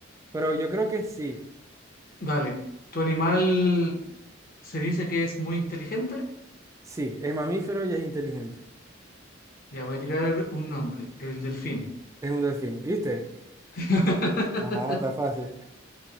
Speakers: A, on the right (about 15°); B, on the left (about 50°).
A: Pero yo creo que sí,
B: dale. ¿Tu animal se dice que es muy inteligente?
A: sí, es mamífero y es inteligente.
B: Ya voy a tirar un nombre, el delfín.
A: Es un delfín, ¿viste?
B: <laughs>
A: Ah, está fácil.